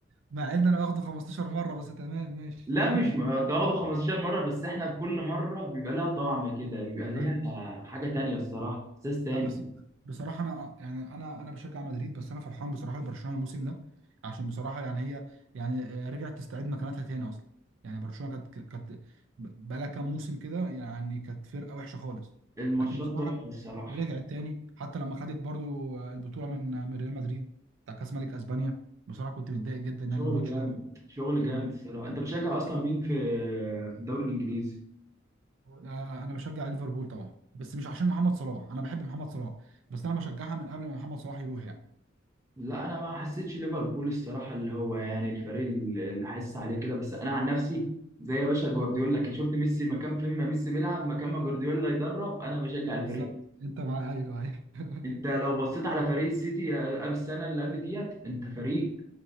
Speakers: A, on the right; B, on the right.
A: مع ان انا واخده 15 مره بس تمام ماشي
B: لا
A: <laughs>
B: مش م- انت واخده 15 مره بس احنا كل مره بيبقى لها طعم كده بيبقى ليها
A: ايوه
B: حاجه تانية الصراحه احساس تاني
A: لا بس بصراحة أنا يعني أنا أنا بشجع مدريد بس أنا فرحان بصراحة لبرشلونة الموسم ده عشان بصراحة يعني هي يعني رجعت تستعيد مكانتها تاني أصلا يعني برشلونة كانت كانت بقالها كام موسم كده يعني كانت فرقة وحشة خالص
B: الماتشات
A: لكن بصراحة
B: تحفه الصراحه
A: رجعت تاني حتى لما خدت برضو البطولة من من ريال مدريد بتاع كأس ملك أسبانيا بصراحة كنت متضايق جدا يعني
B: شغل
A: الماتش
B: جامد
A: ده
B: شغل
A: أنت
B: جامد
A: فاهم؟
B: الصراحه انت بتشجع
A: بالظبط.
B: اصلا مين في في الدوري الانجليزي
A: آه، أنا بشجع ليفربول طبعا بس مش عشان محمد صلاح أنا بحب محمد صلاح بس أنا بشجعها من قبل ما محمد صلاح يروح يعني
B: لا انا ما حسيتش ليفربول الصراحه اللي هو يعني الفريق اللي اللي حاسس عليه كده بس انا عن نفسي زي يا باشا جوارديولا كده شفت ميسي مكان فين ما ميسي بيلعب مكان ما جوارديولا يدرب انا بشجع الفريق
A: بالظبط انت مع ايوه ايوه <laughs>
B: انت لو بصيت على فريق السيتي قبل السنه اللي قبل ديت انت فريق